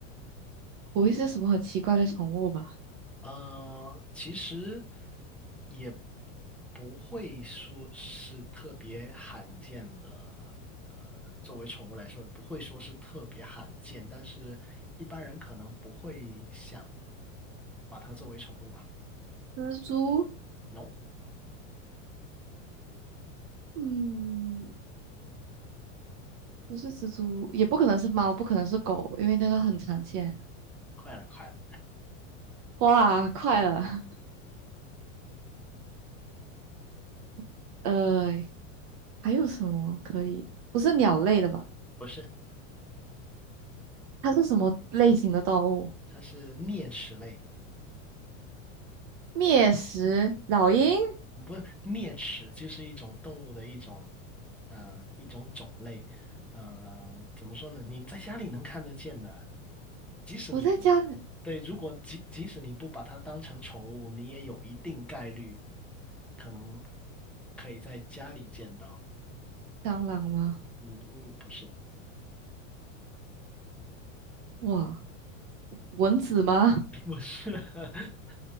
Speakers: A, on the right; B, in the centre.
A: 不会是什么很奇怪的宠物吧？
B: 呃，其实也不会说是特别罕见的，呃，作为宠物来说，也不会说是特别罕见，但是一般人可能不会想把它作为宠物吧。
A: 蜘蛛？
B: No。
A: 嗯，不是蜘蛛，也不可能是猫，不可能是狗，因为那个很常见。
B: 快了，快了，
A: 哇，快了，<laughs> 呃，还有什么可以？不是鸟类的吧？
B: 不是，
A: 它是什么类型的动物？
B: 它是啮齿类，
A: 灭食老鹰？
B: 不不，啮齿就是一种动物的一种，呃，一种种类，嗯、怎么说呢？你在家里能看得见的，即使你不，
A: 我在家，
B: 对，如果即即使你不把它当成宠物，你也有一定概率可能可以在家里见到。
A: 蟑螂吗？
B: 嗯嗯，不是，
A: 哇，蚊子吗？
B: 不是，<laughs>